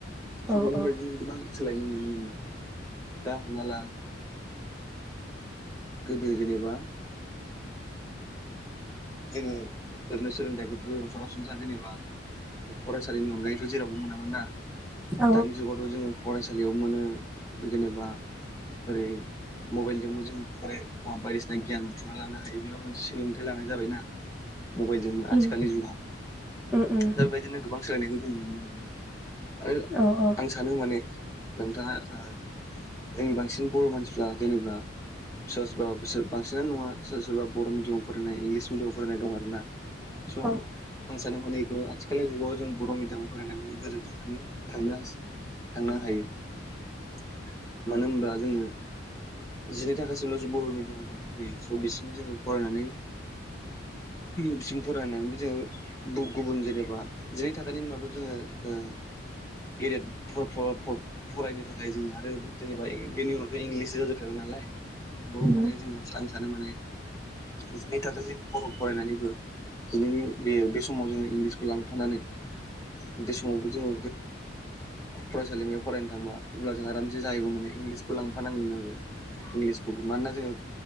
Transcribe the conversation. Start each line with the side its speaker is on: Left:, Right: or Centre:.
Left: स'
Centre: औ
Left: बेफोरबायदिनो
Centre: औ
Left: गोबां सोलायनो नुनो मोनबाय दा हमना ला गोदो जेनेबा जोङो ओरैनो सोलोंथाइखौथ' सरासनस्रा जेनेबा फरायसालिनि अनगायैथ' जेरावबो मोनामोन ना
Centre: औ
Left: दानि जुगावथ' जोङो फरायसालियाव मोनो जेनेबा ओरै मबाइलजोंबो जों फराय <unintelligible> बायदिसिना गियान बुथुमना लानो हायो बेबो मोनसे सोलोंथाइ ला नाय जाबाय ना मबाइल जोंबो आथिखालनि
Centre: उम
Left: जुगाव
Centre: उम उम
Left: दा बेबायदिनो गोबां सोलायनायखौ जों नुनो मोनो आरो
Centre: औ औ
Left: आं सा सानो माने नोंथाङा ओ जोंनि बांसिन बर' मानसिफ्रा जेनेब्ला सोरबा सोरबा बिसोर बांसिनानो नङा सोरबा सोरबा बर' मिडियामाव फर फरायनाय इंलिस मिडियामआव फरायनाय दं आरोना स'
Centre: औ
Left: आं सानो माने बेफोर आथिखालनि जुगाव जों बर' मिडियाम फरायनायाबो गोजौथानि थांनो हासै थांनो हायो मानो होनब्ला जोङो जिनै थाखासिमल' जों बर' मिडियामखौ मोनखायो स' बिसिम जोङो फरायनानै बिसिम फरायनानै बि जोङो गु-गुबुन जेनेबा जिनै थाखोनि उनावथ' जोङो ओ गेदेद <unintelligible> फरायनो थाखाय जोङो आरो जेनेबा ए बेनि उनावथ' इंलिससो जाजोबखागोन नालाय
Centre: उम
Left: बाव माने जोङो सानो सानो माने जिनै थाखोसिम बर' फरायनानैबो दिनैनि बे बे समाव जोङो इंलिसखौ लांफानानै बे समाव जोङो फरायसालिमायाव फरायनो थांबा अब्ला जों आराम जे जायगायाव माने इंलिसखौ लांफानांगोन आरो इंलिसखौबो मानोना जोङो